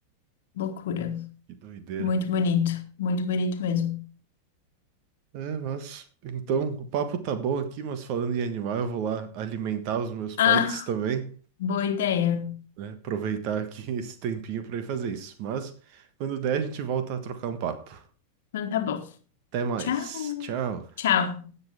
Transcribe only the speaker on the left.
loucura.
Muito bonito, muito bonito mesmo.
Ah,
boa ideia.
Então tá bom.
Tchau.
Tchau.